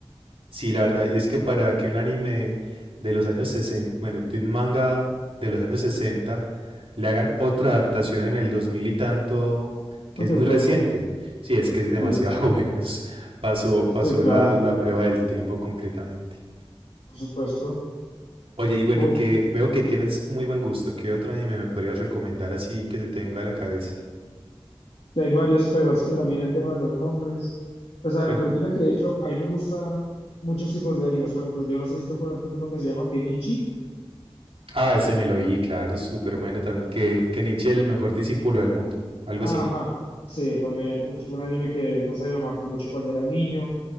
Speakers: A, on the right; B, on the left.
A: Sí, la verdad, y es que para que un anime de los años 60, bueno, de un manga de los años 60 le hagan otra adaptación en el 2000 y tanto, que
B: Porque
A: es muy
B: es bueno,
A: reciente, sí, es que es demasiado
B: sí,
A: <laughs> bueno, s- pasó, pasó
B: sí, claro,
A: la, la prueba del tiempo completamente.
B: por supuesto.
A: Oye, y bueno,
B: Uf,
A: y que veo que tienes muy buen gusto, ¿qué otro anime me podrías recomendar así que se tenga a la cabeza?
B: que hay varios, pero es que también el tema de los nombres. Pues a
A: Bueno,
B: ver, pues mira que de hecho a mí me gustan muchos tipos de animes. Por ejemplo, yo no sé si tú conoces uno que se llama Kenichi.
A: ah, ese me lo vi, claro, súper bueno también, que, que Nietzsche el mejor discípulo del mundo, algo
B: Ajá,
A: así.
B: sí, también. Uf, un anime que, no sé, me marcó mucho cuando era niño.